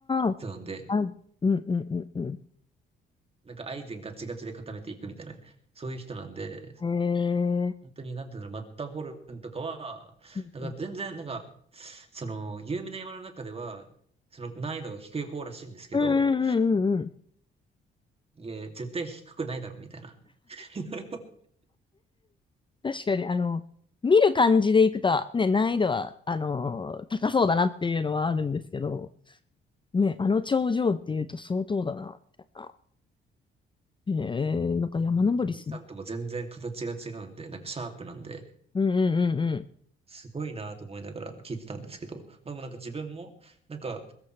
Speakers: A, on the left; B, on the right.
A: ー
B: 人なんで、
A: あ、うんうんうんうん。
B: なんかアイゼンガチガチで固めていくみたいな、そういう人なんで、
A: へえ。
B: 本当になんていうの、マッターホルンとかは、
A: うん
B: なんか全然、なんか、その、有名な山の中では、その難易度が低い方らしいんですけど、
A: うんうんうんうんうん
B: いや、絶対低くないだろう、みたいな。<laughs>
A: 確かに、あの、見る感じでいくと、ね、難易度は、あのー高そうだなっていうのはあるんですけど、ね、あの頂上っていうと相当だな、みたいな。へえ、なんか山登りする。
B: 富士山とも全然形が違うんで、なんかシャープなんで、
A: うんうん
B: すごいなと思いながら聞いてたんですけど、まあでもなんか自分も、なんか、